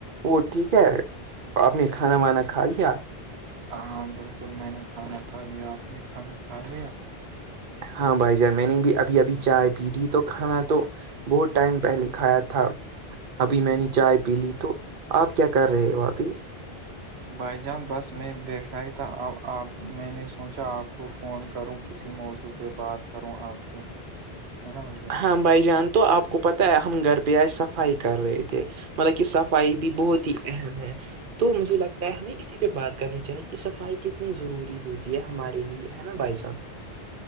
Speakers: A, on the right (about 55°); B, on the right (about 80°).
A: وہ ٹھیک ہے آپ نے کھانا وانا کھا لیا
B: ہاں بالکل میں نے کھانا کھا لیا آپ نے کھانا کھا لیا
A: ہاں بھائی جان میں نے بھی ابھی ابھی چائے پی لی تو کھانا تو بہت ٹائم پہلے کھایا تھا ابھی میں نے چائے پی لی تو آپ کیا کر رہے ہو ابھی
B: بھائی جان بس میں بیٹھا ہی تھا آپ میں نے سوچا آپ کو فون کروں کسی موضوع پر پ بات کروں آپ سے ہے نا بھائی جان
A: ہاں بھائی جان تو آپ کو پتہ ہے ہم گھر پہ آئے صفائی کر رہے تھے مطلب کہ صفائی بھی بہت ہی اہم ہے تو مجھے لگتا ہے ہمیں اسی پہ بات کرنی چاہی کہ صفائی کتنی ضروری ہے ہوتی ہے ہمارے لیے ہے نا بائی جان